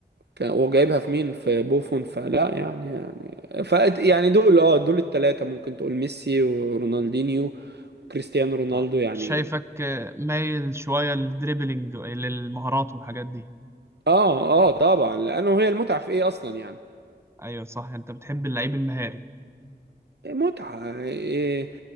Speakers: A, on the right (about 80°); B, on the right (about 15°).
A: كان- وجايبها في مين في بوفون فلا يعني يعني ف يعني دول اه دول الثلاثة ممكن تقول ميسي ورونالدينيو وكريستيانو رونالدو
B: آه،
A: يعني
B: شايفك آه، مايل شوية للدريبلينج للمهارات والحاجات دي
A: اه اه طبعا لانه هي المتعة في ايه اصلا يعني
B: ايوه صح انت بتحب اللعيب المهاري
A: متعة إيه